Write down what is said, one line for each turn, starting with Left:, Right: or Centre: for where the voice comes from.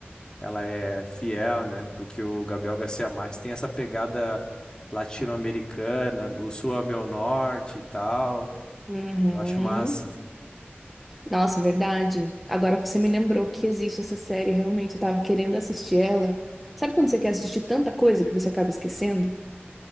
Left: ela é fiel, né? Porque o Gabriel Garcia Marques tem essa pegada latino-americana, do sul ao meu norte e tal.
Centre: Uhum.
Left: Eu acho massa.
Centre: Nossa, verdade. Agora você me lembrou que existe essa série, realmente, eu tava querendo assistir ela. Sabe quando você quer assistir tanta coisa que você acaba esquecendo?